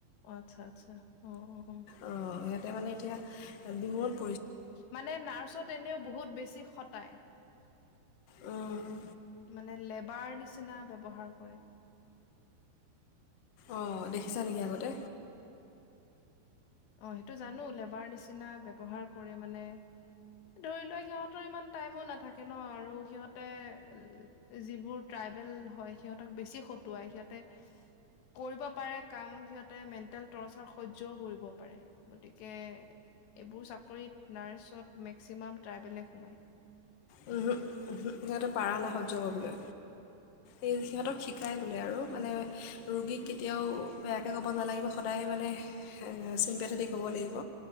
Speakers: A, on the left (about 85°); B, on the left (about 70°).
A: অ' আচ্ছা আচ্ছা অ' অ'।
B: অ' ইয়া তাই মানে এতিয়া বিমোৰত
A: মানে নাৰ্ছত এনেও বহুত বেছি খটায়।
B: উম
A: মানে, লেবাৰ নিচিনা ব্যৱহাৰ কৰে।
B: অ', দেখিছা নেকি আগতে?
A: <unintelligible> গতিকে এইবোৰ চাকৰিত নাৰ্চত মেক্সিমাম ট্ৰাইবলে সোমায়।
B: ওহোঁ ওহোঁ সিহঁতে পাৰা নাই সহ্য কৰিবলৈ এই সিহঁতক
A: অ
B: শিকায় বোলে আৰু মানে, ৰোগীক কেতিয়াও বেয়াকৈ ক'ব নালাগিব সদায় মানে চিম্পেথেটিক হ'ব লাগিব